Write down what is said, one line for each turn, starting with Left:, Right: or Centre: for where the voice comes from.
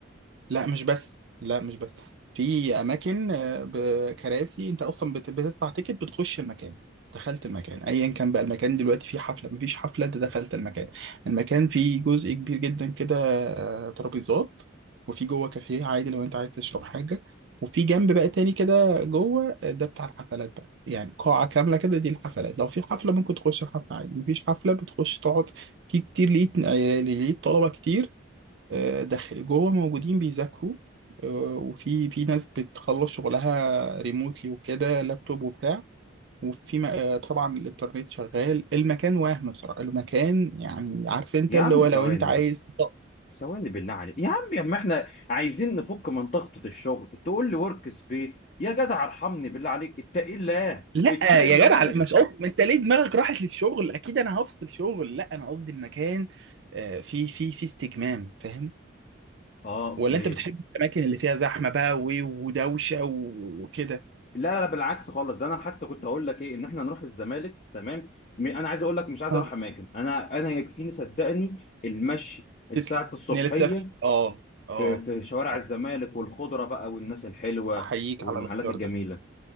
Right: لا مش بس لا مش بس في اماكن آه، بكراسي انت اصلا بت- بتدفع تيكت بتخش المكان دخلت المكان ايا كان بقى المكان دلوقتي فيه حفله مفيش حفله انت دخلت المكان المكان فيه جزء كبير جدا كده آه، ترابيزات وفي جوه كافيه عادي لو انت عايز تشرب حاجه وفي جنب بقى تاني كده جوه آه، ده بتاع الحفلات بقى يعني قاعه كامله كده دي الحفلات لو في حفله ممكن تخش الحفله عادي مفيش حفله بتخش تقعد في كتير لقيت آه، لقيت طلبه كتير آه، داخلي جوه موجودين بيذاكروا آه، وفي في ناس بتخلص شغلها ريموتلي وكده لابتوب وبتاع وفي م- آه، طبعا الانترنت شغال المكان وهم بصراحة المكان يعني عارف انت
Left: يا
Right: اللي
Left: عم
Right: هو
Left: ثواني
Right: لو انت عايز
Left: بس
Right: تط-
Left: ثواني بالله عليك يا عم يا عم احنا عايزين نفك من ضغطة الشغل تقول لي ورك سبيس يا جدع ارحمني بالله عليك اتقي الله
Right: لا
Left: اتقي
Right: يا
Left: الله
Right: جدع لا، مش قصدي ما انت ليه دماغك راحت للشغل اكيد انا هفصل شغل لا انا قصدي المكان آه، في في في استجمام فاهم
Left: اه اوكي
Right: ولا انت بتحب الاماكن اللي فيها زحمه بقى و- ودوشه و- وكده
Left: لا لا لا، بالعكس خالص ده انا حتى كنت هقول لك ايه ان احنا نروح الزمالك تمام م- انا عايز اقول لك مش عايز
Right: اه
Left: اروح اماكن انا انا يكفيني صدقني المشي الساعه
Right: تت-
Left: الصبحيه
Right: ان هي تلف اه اه
Left: في في شوارع
Right: اه
Left: الزمالك والخضره بقى والناس الحلوه
Right: احييك
Left: والمحلات
Right: على الاختيار
Left: الجميله
Right: ده